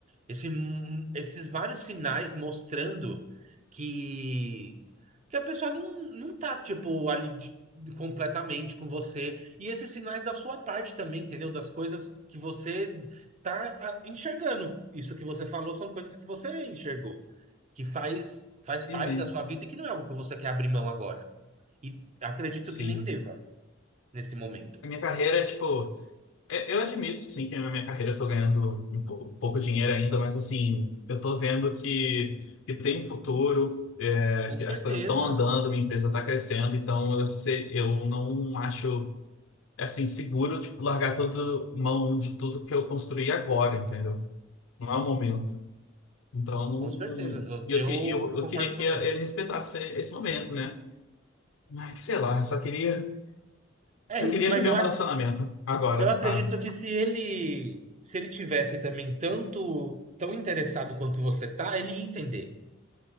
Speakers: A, on the right (about 35°); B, on the left (about 70°).
A: Esse, hum, esses vários sinais mostrando que porque a pessoa não, não tá, tipo, ali de- de- completamente com você. E esses sinais da sua parte também, entendeu? Das coisas que você tá ah, enxergando. Isso que você falou são coisas que você enxergou, que faz, faz parte
B: Uhum.
A: da sua vida e que não é algo que você quer abrir mão agora. E acredito
B: Sim.
A: que nem deva nesse momento.
B: A minha carreira, tipo. É, Eu admito, sim, que na minha carreira eu tô ganhando um pou- um pouco dinheiro ainda, mas assim, eu tô vendo que, que tem um futuro, é,
A: Com
B: que
A: certeza,
B: as coisas estão andando, minha empresa tá crescendo, então eu sei, eu não acho, assim, seguro, tipo, largar todo mão de tudo que eu construí agora, entendeu? Não é o momento. Então, não...
A: com certeza.
B: e
A: Eu
B: eu, que- eu, eu
A: concordo
B: queria
A: com
B: que
A: você.
B: ele respeitasse esse momento, né? Mas, sei lá, só queria,
A: É,
B: só queria
A: mas
B: viver
A: eu
B: um
A: acho
B: relacionamento, agora,
A: Eu
B: no
A: acredito
B: caso.
A: que se ele se ele tivesse também tanto tão interessado quanto você tá, ele ia entender.